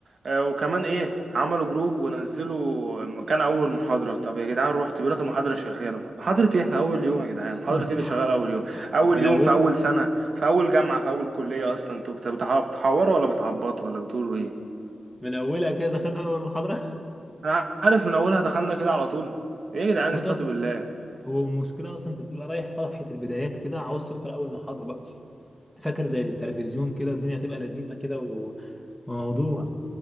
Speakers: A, on the right; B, in the centre.
A: آه وكمان ايه عملوا جروب ونزلوا مكان اول محاضرة طب يا جدعان رحت بيقول لك المحاضرة شغالة محاضرة ايه احنا اول يوم يا جدعان محاضرة
B: <laughs>
A: ايه اللي شغال اول يوم اول
B: من
A: يوم
B: اولها
A: في اول سنة في اول جامعة في اول كلية اصلا انتوا بت- بتع- بتحوروا ولا بتعبطوا ولا بتقولوا ايه
B: من اولها كده دخلنا اول محاضره
A: انا عارف من اولها دخلنا كده على طول ايه
B: <laughs>
A: يا جدعان
B: وانت
A: استهدوا
B: اصلا
A: بالله
B: هو المشكله اصلا انت بتبقى رايح فرحه البدايات كده عاوز تدخل اول محاضره بقى فاكر زي التلفزيون كده الدنيا تبقى لذيذه كده و- وموضوع